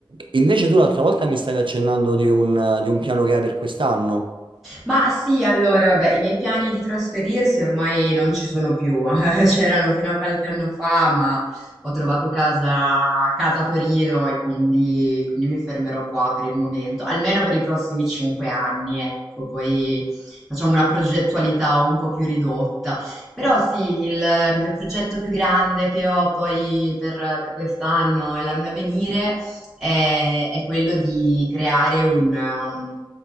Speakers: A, on the right; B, in the centre.
A: invece tu l'altra volta mi stavi accennando di un, di un piano che hai per quest'anno.
B: Ma sì, allora, vabbè, i miei piani di trasferirsi ormai non ci sono più. <laughs> C'erano fino a qualche anno fa, ma ho trovato casa, casa a Torino e quindi, quindi mi fermerò qua per il momento, almeno per i prossimi cinque anni, ecco. Poi facciamo una progettualità un po' più ridotta. Però sì, il mio progetto più grande che ho poi per, per quest'anno e l'anno a venire è, è quello di creare un, un-